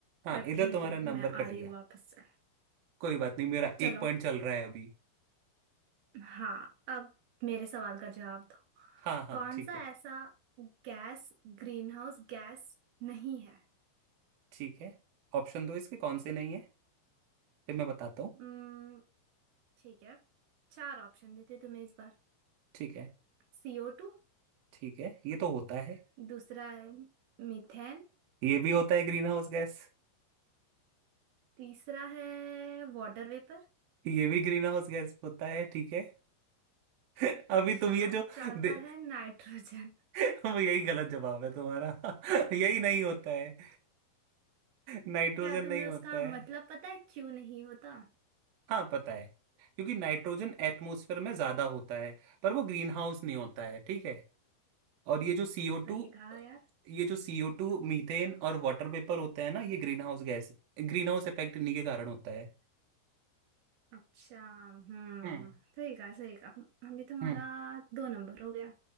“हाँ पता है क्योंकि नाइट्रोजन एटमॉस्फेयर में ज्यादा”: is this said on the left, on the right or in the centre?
Right